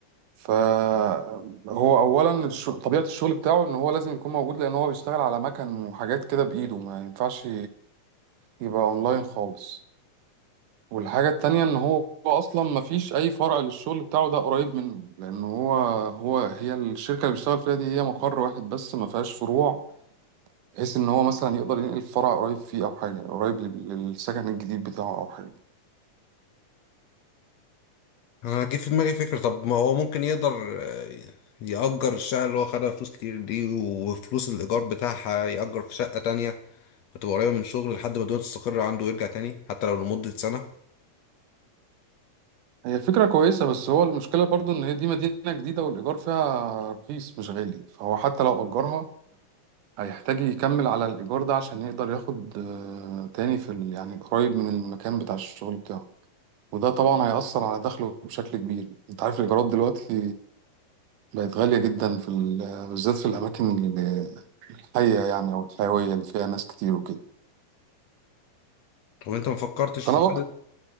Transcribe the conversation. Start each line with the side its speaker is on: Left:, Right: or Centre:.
Right: فهو اولا الش- طبيعة الشغل بتاعه ان هو لازم يكون موجود لان هو بيشتغل على مكن وحاجات كده بايده ما ينفعش يبقى اونلاين خالص والحاجة التانية ان هو اصلا ما فيش اي فرع للشغل بتاعه ده قريب منه لان هو هو هي الشركة اللي بيشتغل فيها دي هي مقر واحد بس ما فيهاش فروع بحيث ان هو مثلا يقدر ينقل فرع قريب فيه او حاجه قريب لل- للسكن الجديد بتاعه او حاجه
Left: انا جه في دماغي فكرة طب ما هو ممكن يقدر آه، يأجر الشقة اللي هو خدها فلوس كتير دي وفلوس الإيجار بتاعها يأجر في شقة تانية وتبقى قريبة من شغل لحد ما الدنيا تستقر عنده ويرجع تاني حتى لو لمدة سنة
Right: هي فكره كويسه بس هو المشكله برضو ان هي دي مدينه جديده والايجار فيها رخيص مش غالي فهو حتى لو اجرها هيحتاج يكمل على الايجار ده عشان يقدر ياخد آه، تاني في ال- يعني قريب من المكان بتاع الشغل بتاعه وده طبعا هيأثر على دخله بشكل كبير انت عارف الايجارات دلوقتي بقت غاليه جدا في ال- بالذات في الاماكن ال- الحيه يعني او الحيويه اللي فيها ناس كتير وكده
Left: طب انت ما فكرتش
Right: فانا
Left: في حاجة